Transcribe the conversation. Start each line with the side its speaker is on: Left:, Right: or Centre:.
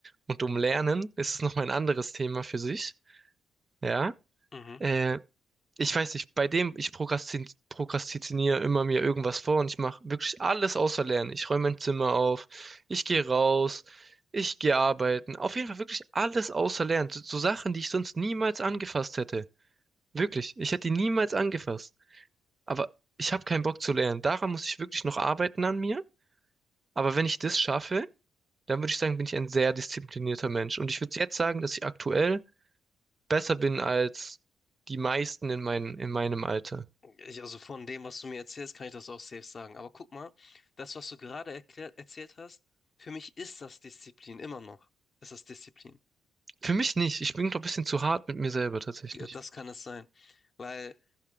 Right: und um Lernen, ist es nochmal ein anderes Thema für sich. Ja,
Left: Mhm.
Right: äh, ich weiß nicht, bei dem, ich prokrastin prokrastiniere immer mir irgendwas vor und ich mache wirklich alles außer Lernen. Ich räume mein Zimmer auf, ich gehe raus, ich gehe arbeiten. Auf jeden Fall wirklich alles außer Lernen. So, so Sachen, die ich sonst niemals angefasst hätte. Wirklich, ich hätte die niemals angefasst. Aber ich habe keinen Bock zu lernen. Daran muss ich wirklich noch arbeiten an mir. Aber wenn ich das schaffe, dann würde ich sagen, bin ich ein sehr disziplinierter Mensch. Und ich würde jetzt sagen, dass ich aktuell besser bin als die meisten in mein, in meinem Alter.
Left: Ich, also von dem, was du mir erzählst, kann ich das auch safe sagen. Aber guck mal, das, was du gerade erklärt, erzählt hast, für mich ist das Disziplin immer noch. Ist das Disziplin?
Right: Für mich nicht. Ich bin doch ein bisschen zu hart mit mir selber tatsächlich.
Left: Ja, Das kann es sein. Weil